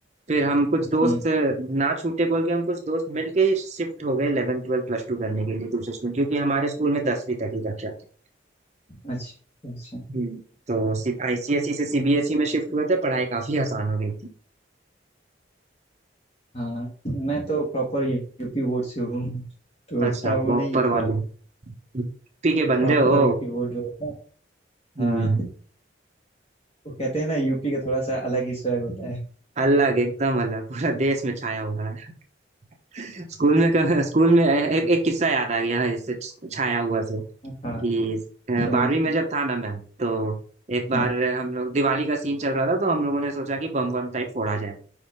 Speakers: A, on the right (about 35°); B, on the left (about 30°).
A: फिर हम कुछ दोस्त
B: हम्म,
A: अ, ना छूटे बोल के हम कुछ दोस्त मिलके ही शिफ्ट हो गए 11 ट्वेल्थ प्लस टू करने के लिए दूसरे स्कूल क्योंकि हमारे स्कूल में दसवीं तक ही कक्षा थी
B: अच्छा अच्छा
A: हम्म, तो आईसीएसई से सीबीएसई में शिफ्ट हुए थे पढ़ाई काफी आसान हो गई थी
B: हाँ मैं तो प्रॉपर यूपी बोर्ड से हूँ तो उतना
A: अच्छा
B: वो
A: प्रॉपर
B: नहीं था
A: वाले यूपी के बंदे
B: प्रॉपर
A: हो
B: यूपी बोर्ड जो होता है
A: हम्म,
B: हाँ वो कहते हैं ना यूपी का थोड़ा सा अलग ही स्वैग होता है
A: अलग एकदम अलग पूरा देश में छाया हुआ है <laughs> स्कूल में स्कूल में ए- एक, एक किस्सा याद आ गया है इससे छाया हुआ से कि
B: हाँ
A: अ,
B: सुनाइए
A: बारहवीं
B: सुनाइए
A: में जब था ना मैं तो एक बार
B: हाँ
A: हम लोग दिवाली का सीन चल रहा था तो हम लोगों ने सोचा कि बम बम टाइप फोड़ा जाए